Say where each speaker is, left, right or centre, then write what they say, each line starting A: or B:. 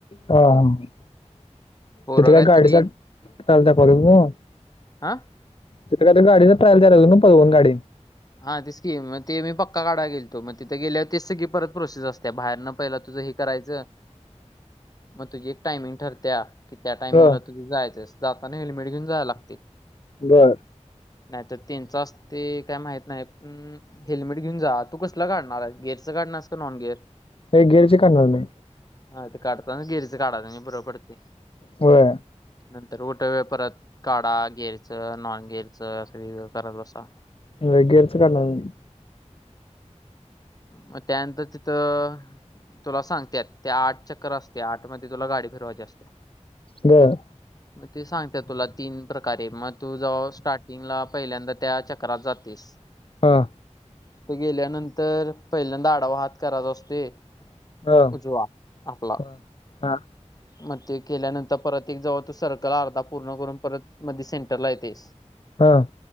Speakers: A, on the left (about 50°); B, on the left (about 30°).
A: ह
B: पोरं
A: तिथे काय
B: काहीतरी
A: गाडीचा पार्ट दाखवालोय ओ.
B: आ!
A: इथं काय तर गाडीचा ट्रायल द्याल्यात पळवून गाडी.
B: हा तेच की मग ते मी पक्का काढाय गेलतो मग तिथे गेल्यावर तेच सगळी परत प्रोसेस असत्या बाहेरन पहिला तुझं एक करायचं!
A: ह <unintelligible>
B: मग तुझी एक टायमिंग ठरत्या. कि त्या टाइमिंगला
A: ह
B: तु तिथं जायचंस जाताना हेल्मेट घेऊन जायला लागते.
A: बरं!
B: नाही तर त्यंच असते काय माहित नाही हेल्मेट घेऊन जा तू कसलं काढणार आहेस. गेअरचं काढणारस का नॉन गेर
A: एक गिअरची काढणार मी
B: आ ते काढताना गिअर चे काढायच म्हणजे बर पडते.
A: होय!
B: नंतर उठ वेळ परत काढा गेरचं नॉन गेरचं अस करत बसा.
A: लगेच काढणार मी.
B: मग त्यानंतर तिथं तुला सांगत्यात आठ चक्कर असत्या आठ मध्ये तुला गाडी फिरवायची असते.
A: बर!
B: ते सांगत्यात तुला तीन प्रकारे मग तू जवळ स्टार्टिंगला पहिल्यांदा त्या चक्रात जातेस.
A: हा!
B: तिथ गेल्यानंतर पहिल्यांदा आडावा हात कराचा असतोय.
A: हा
B: उजवा आपला.
A: हा
B: मग ते केल्यानंतर परत एक जवळ तु सर्कल अर्धा पूर्ण करून परत मधी सेंटरला येते.
A: आ!